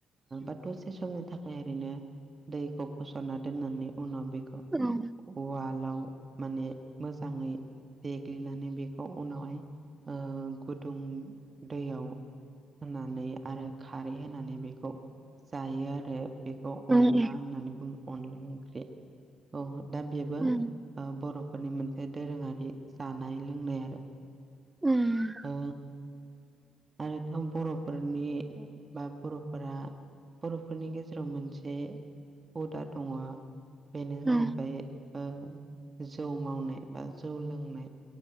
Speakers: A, on the right; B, on the right.
A: बा दसे समनि थाखाय ओरैनो दैखौ फसरना दोननायनै उनाव बेखौ
B: औ
A: उवालाव माने मोजाङै देग्लिनानै बेखौ उनावहाय ओ गुदुं दैयाव होनानै आरो खारै होनानै बेखौ जायो आरो बेखौ
B: औ
A: अनला
B: औ
A: होननानै बुङो अनला ओंख्रि औ दा बेबो
B: उम
A: ओ बर'फोरनि मोनसे दोरोङारि जानाय लोंनाय आरो
B: उम
A: ओ आरोथ' बर'फोरनि बा बर'फोरा बर'फोरनि गेजेराव मोनसे हुदा दङ बेनो जाहैबाय
B: औ
A: ओ जौ मावनाय बा जौ लोंनाय।